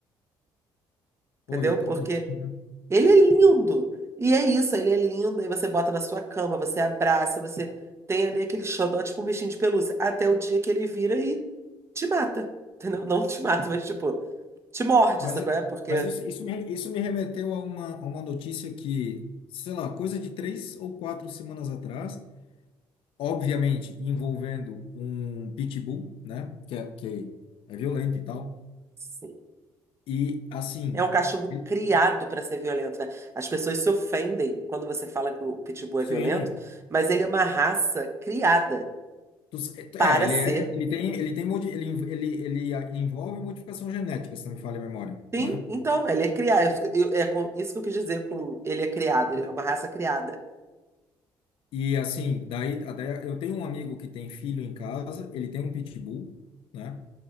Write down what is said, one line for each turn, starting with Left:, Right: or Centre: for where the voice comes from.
Right: entendeu?
Left: Pô, e é tão
Right: Porque
Left: bonitinho, né?
Right: ele é lindo. E é isso, ele é lindo. Aí você bota na sua cama, você abraça, você tem ali aquele xodó, tipo um bichinho de pelúcia, até o dia que ele vira e te mata, <laughs> entendeu? Não te mata, mas tipo, te morde,
Left: Mas,
Right: sabe
Left: eu-
Right: qual é? Porque
Left: mas isso, isso, me, isso me remeteu a uma, a uma notícia que, sei lá, coisa de três ou quatro semanas atrás, obviamente envolvendo um pitbull, né? Que é, que é violento e tal.
Right: sim,
Left: E, assim,
Right: é um cachorro
Left: ele-
Right: criado para ser violento, né? As pessoas se ofendem quando você fala que o Pitbull
Left: sim.
Right: é violento, mas ele é uma raça criada
Left: Tu s-
Right: para
Left: É, ele
Right: ser
Left: é, ele tem, ele tem, modi- ele, env- ele, ele ah, envolve modificação genética, se não me falha a memória,
Right: Sim,
Left: né?
Right: então, ele é criado. Isso que eu, é com- isso que eu quis dizer com ele é criado, ele é uma raça criada.
Left: E assim, daí, daí eu tenho um amigo que tem filho em casa, ele tem um pitbull, né?